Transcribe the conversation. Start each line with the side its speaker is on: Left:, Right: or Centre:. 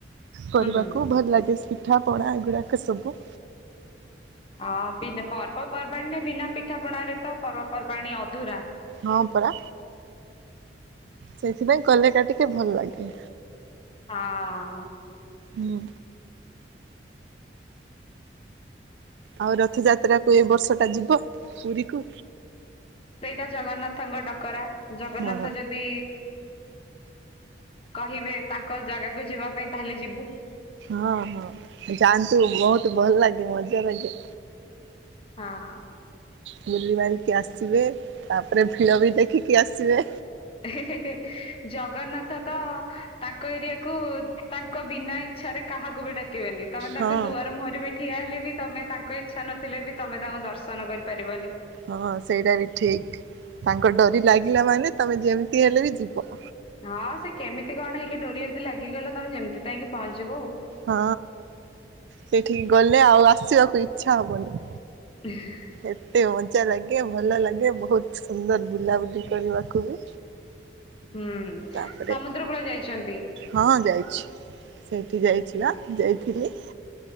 Right: କରିବାକୁ
Left: ହୁଁ ହୁଁ।
Right: ଭଲ ଲାଗେ ପିଠାପଣା ଏଗୁଡ଼ାକ ସବୁ।
Left: ହଁ ବିନ୍ ପର୍ବପର୍ବାଣୀରେ ବିନା ପିଠାପଣାରେ ତ ପର୍ବପର୍ବାଣୀ ଅଧୁରା।
Right: ହଁ ପରା, ସେଇଥିପାଇଁ କଲେ ଏକା ଟିକେ ଭଲ ଲାଗେ।
Left: ହଁ-ଅ-ଅ-ଅ
Right: ହୁଁ, ଆଉ ରଥଯାତ୍ରାକୁ ଏ ବର୍ଷ ଟା ଯିବ ପୁରୀକୁ?
Left: ସେଇଟା ଜଗନ୍ନାଥଙ୍କ ଡକରା। ଜଗନ୍ନାଥ
Right: ହଁ
Left: ଯେ ଦି କହିବେ ତାଙ୍କ ଜାଗାକୁ ଯିବା ପାଇଁ ତାହେଲେ ଯିବୁ।
Right: ହଁ, ହଁ, ଯାଆନ୍ତୁ ବହୁତ ଭଲ ଲାଗେ, ମଜା ଲାଗେ।
Left: ହଁ-ଅ-ଅ,
Right: ବୁଲି ବାଲିକି ଆସିବେ। ତାପରେ ଭିଡ ବି ଦେଖିକି ଆସିବେ।
Left: ହେ ହେ ହେ ଜଗନ୍ନାଥ ତ ତାଙ୍କ ଏରିଆକୁୁ ତାଙ୍କ ବିନା ଇ ସାଡେ କାହାକୁ ବି ଡାକିବେନି? ତମେ ତାଙ୍କ
Right: ହଁ
Left: ଦୁଆର ମୁହଁରେ ବି ଠିଆ ହେଲେ ବି ତମେ, ତାଙ୍କ ଇଚ୍ଛା ନଥିଲେ ବି ତମେ ତାଙ୍କୁ ଦର୍ଶନ କରିପାରିବନି।
Right: ହଁ ସେଇଟା ବି ଠିକ୍, ତାଙ୍କ ଡୋରି ଲାଗିଲା ମାନେ ତମେ ଯେମିତି ହେଲେ ବି ଯିବ।
Left: ହଁ ସେ କେମିତି କଣ ହେଇକି ଡୋରି ଯଦି ଲାଗିଗଲା, ତମେ ଯେମିତି ତ ଯାଇକି ପହଞ୍ଚିବ ଆଉ।
Right: ହଁ ସେଇଠିକି ଗଲେ, ଆଉ ଆସିବାକୁ ଇଚ୍ଛା ହବନି।
Left: ହେଁ
Right: ଏତେ ମଜା ଲାଗେ ଭଲ ଲାଗେ, ବହୁତ ସୁନ୍ଦର ବୁଲାବୁଲି କରିବାକୁ ବି।
Left: ହୁଁ
Right: ତାପରେ,
Left: ସମୁଦ୍ର କୂଳ ଯାଇଛନ୍ତି।
Right: ହଁ ଯାଇଚି। ସେଇଠି ଯାଇଛି
Left: ହୁଁ
Right: ବା ଯାଇଥିଲି।